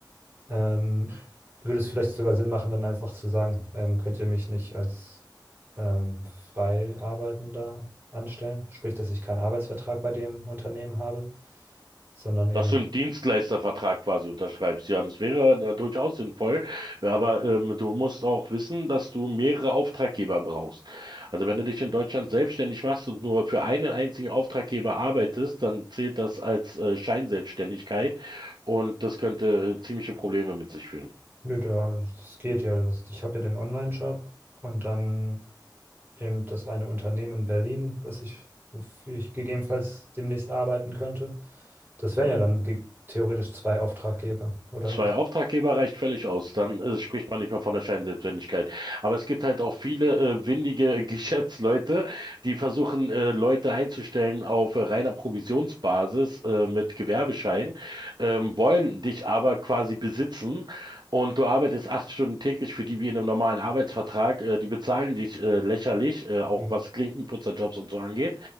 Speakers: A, on the right; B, on the right.
A: Ähm, würde es vielleicht sogar Sinn machen, dann einfach zu sagen, ähm, könnt ihr mich nicht als ähm, Freiarbeitender anstellen? Sprich, dass ich keinen Arbeitsvertrag bei dem Unternehmen habe, sondern eben,
B: Dass du einen Dienstleistervertrag quasi unterschreibst, ja, das wäre äh, durchaus sinnvoll. Ja, Aber ähm, du musst auch wissen, dass du mehrere Auftraggeber brauchst. Also wenn du dich in Deutschland selbstständig machst und nur für einen einzigen Auftraggeber arbeitest, dann zählt das als äh, Scheinselbstständigkeit und das könnte äh, ziemliche Probleme mit sich führen.
A: nö, da, das geht ja. Das, ich habe ja den Online-Job und dann eben das eine Unternehmen in Berlin, das ich, wofür ich gegebenenfalls demnächst arbeiten könnte. Das wären
B: Mhm.
A: ja dann ge- theoretisch zwei Auftraggeber, oder
B: Zwei
A: nicht?
B: Auftraggeber reicht völlig aus. Dann äh, spricht man nicht mehr von der Scheinselbstständigkeit. Aber es gibt halt auch viele äh, windige <laughs> Geschäftsleute, die versuchen, äh, Leute einzustellen auf äh, reiner Provisionsbasis äh, mit Gewerbeschein, ähm, wollen dich aber quasi besitzen und du arbeitest acht Stunden täglich für die wie in einem normalen Arbeitsvertrag. Äh, die bezahlen dich äh, lächerlich, äh, auch
A: Mhm.
B: was Klinkenputzerjobs
A: <laughs>
B: und so angeht.